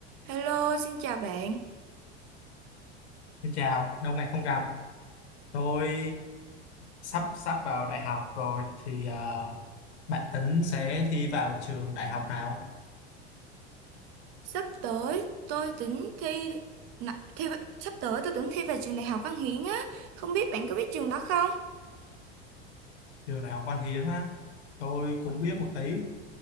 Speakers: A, on the right; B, on the left.
A: Hello, xin chào bạn.
B: Xin chào, lâu ngày không gặp. Tôi sắp sắp vào đại học rồi thì à, bạn tính sẽ thi vào trường đại học nào?
A: Sắp tới tôi tính thi, nà- thi sắp tới tôi tính thi vào trường Đại học Văn Hiến á, không biết bạn có biết trường đó không?
B: Trường đại học Văn Hiến á. Tôi cũng biết một tí